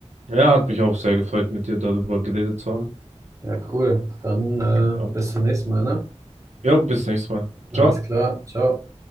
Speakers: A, on the right; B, on the right.
A: Ja, hat mich auch sehr gefreut, mit dir darüber geredet zu haben.
B: Ja, cool. Dann äh,
A: Ja,
B: bis zum nächsten Mal, ne?
A: ja bis nächstes Mal.
B: Alles
A: Ciao.
B: klar, ciao.